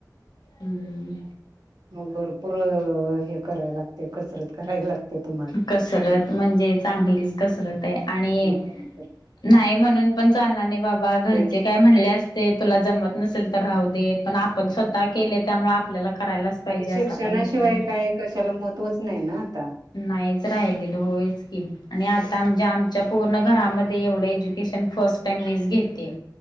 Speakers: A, on the left (about 75°); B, on the right (about 70°).
A: हुं
B: मग भरपूर हे करायला लागते कसरत कराय लागते तर
A: कसरत म्हणजे चांगलीच कसरत आहे आणि
B: होय
A: नाही म्हणून पण चालणार नाही बाबा घरचे
B: की
A: काय म्हणले अस ते तुला जमत नसेल तर राहू दे पण आपण स्वतः केलय त्यामुळे आपल्याला करायलाच पाहिजे
B: आणि
A: असं
B: शिक्षणाशिवाय
A: पण विषय
B: काय कशाला महत्वच नाही ना आता
A: नाहीच राहिलेलं होयच की. आणि आता म्हणजे आमच्या पूर्ण घरामध्ये एवढं एज्युकेशन फर्स्ट टाइम मीच घेते